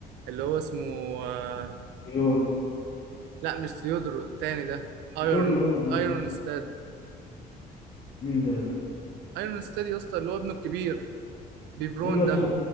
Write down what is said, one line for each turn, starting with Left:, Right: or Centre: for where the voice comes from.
Right: اللي هو اسمه آه،
Left: بيون
Right: لا مش ثيودرو التاني ده
Left: بيون
Right: ايرون
Left: يون بيون
Right: ايرون ستاد
Left: مين ده يا اسطى
Right: ايرون ستاد يا اسطى اللي هو ابنه الكبير بيبرون
Left: ايوه اسمه
Right: ده